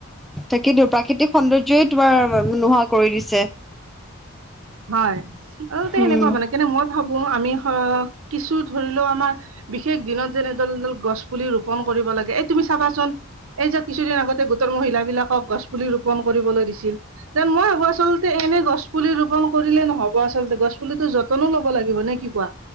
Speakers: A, in the centre; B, on the right.
A: তাকেতো প্ৰাকৃতিক সৌন্দৰ্যই তোমাৰ নোহোৱা কৰি দিছে।
B: হয় আচলতে সেনেকুৱা
A: উম,
B: হ'ব নালাগে কিন্তু মই ভাবো আমি অ' কিছু ধৰি লও আমাৰ বিশেষ দিনত যেন এডাল এডাল। গছ পুলি ৰোপন কৰিব লাগে এই তুমি চাবাচোন। এই যে কিছুদিন আগতে গোটৰ মহিলাবিলাকক গছপুলি ৰোপণ কৰিবলৈ দিছিল যেন মই ভাবো আচলতে। এনে গছ পুলি ৰোপন কৰিলে নহ'ব আচলতে গছ পুলিতো যতনো ল'ব লাগিব নে কি কোৱা?